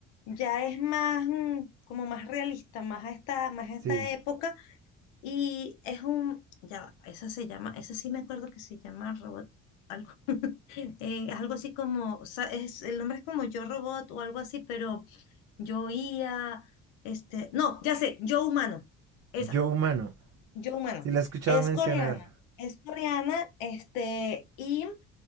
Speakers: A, on the left; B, on the right.
A: ya es más mm, como más realista, más a esta, más a
B: Sí.
A: esta época, y es un, ya, va, esa se llama, esa sí me acuerdo que se llama robot. Algo, eh, algo así como, o sea, es, el nombre es como Yo Robot o algo así, pero yo IA, este, no, ya sé, Yo Humano, esa.
B: Yo humano.
A: Yo, bueno,
B: Sí la he escuchado
A: es
B: mencionar.
A: coreana, es coreana, este, y